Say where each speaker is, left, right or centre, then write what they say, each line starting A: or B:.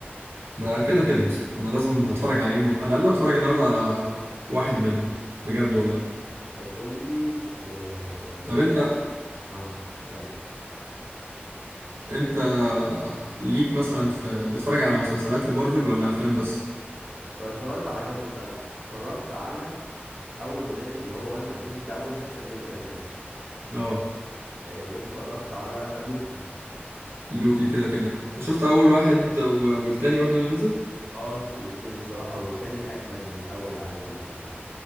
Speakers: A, on the right; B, on the right.
A: ده كده كده يا اسطى انا لازم هتفرج عليهم على الاقل هتفرج النهارده على واحد منهم بجد والله
B: طب قول لي اه
A: طب انت
B: آه، اسألني
A: انت ليك مثلا في بتتفرج على مسلسلات لمارفل ولا افلام بس
B: هو اتفرجت على كام مسلسل اتفرجت على أول ما نزل اللي هو وان ديفيجن ده أول مسلسل نزل أساسا
A: اه
B: آه، واتفرجت على لوكي
A: لوكي كده كده شفت اول واحد و- والتاني برضه اللي نزل
B: اه شفت الاتنين الصراحة والتاني أجمد من الأول عايز أقول لك كمان